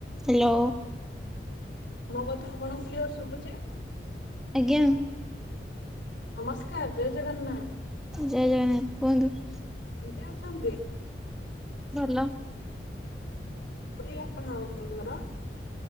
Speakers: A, in the centre; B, on the left.
A: ହ୍ୟାଲୋ।
B: ମୋ କଥା ଆପଣଙ୍କୁ କ୍ଲିଅର ଶୁଭୁଚି?
A: ଆଜ୍ଞା।
B: ନମସ୍କାର ଜୟ ଜଗନ୍ନାଥ
A: ଜୟ ଜଗନ୍ନାଥ କୁହନ୍ତୁ ।
B: କେମିତି ଅଛନ୍ତି?
A: ଭଲ
B: କୋଉଠି ଆପଣଙ୍କ ଘର?